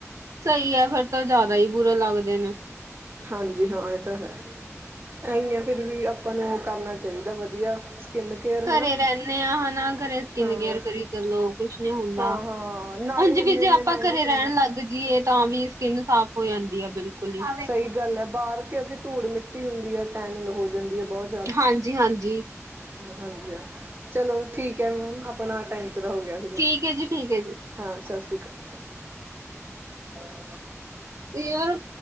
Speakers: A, on the right (about 80°); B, on the right (about 40°).
A: ਸਹੀ ਆ, ਫੇਰ ਤਾ ਜ਼ਿਆਦਾ ਹੀ ਬੁਰੇ ਲੱਗਦੇ ਨੇ।
B: ਹਾਂਜੀ-ਹਾਂ, ਇਹ ਤਾ ਹੈ। ਐਂਹੀ ਆ ਫਿਰ ਵੀ, ਆਪਾਂ ਨੂੰ ਓ ਕਰਨਾ ਚਾਹੀਦਾ ਵਾ‌ ਵਧੀਆ ਸਕਿੰਨ ਕੇਅਰ
A: ਘਰੇ
B: ਹਨਾ
A: ਰਹਿੰਣੇ ਆ ਹਨਾ, ਘਰੇ ਸਕਿੰਨ
B: ਹਾਂ
A: ਕੇਅਰ ਕਰੀ ਚਲੋ ਕੁਛ ਨੀ ਹੁੰਦਾ।
B: ਹਾਂ-ਹਾਂ ਨਾਲੇ
A: ਉਂਜ
B: ਇੰਨੇ-ਇੰਨੇ
A: ਵੀ ਜੇ ਆਪਾਂ
B: ਮਹਿੰਗੇ
A: ਘਰੇ
B: ਪ੍ਰੋਡਕਟ
A: ਰਹਿਣ ਲੱਗ ਜੀਏ, ਤਾਂ ਵੀ ਸਕਿੰਨ ਸਾਫ਼ ਹੋ ਜਾਂਦੀ ਆ, ਬਿਲਕੁਲ। ਹੀ।
B: ਸਹੀ ਗੱਲ ਆ, ਬਾਹਰ ਕਿਉਂਕਿ ਧੂੜ-ਮਿੱਟੀ ਹੁੰਦੀ ਹੈ, ਟੈਨਿੰਗ ਹੋ ਜਾਂਦੀ ਹੈ ਬਹੁਤ
A: ਹਾਂਜੀ-ਹਾਂਜੀ।
B: ਹਾਂਜੀ-ਹਾਂ, ਚਲੋ ਠੀਕ ਹੈ ਮੈਮ ਆਪਣਾ ਟਾਈਮ ਪੂਰਾ ਹੋਗਿਆ।
A: ਠੀਕ ਐ ਜੀ, ਠੀਕ ਐ ਜੀ।
B: ਹਾਂ, ਸਤਿ ਸ਼੍ਰੀ ਅਕਾਲ। <inaudible>
A: ਏ ਯਾਰ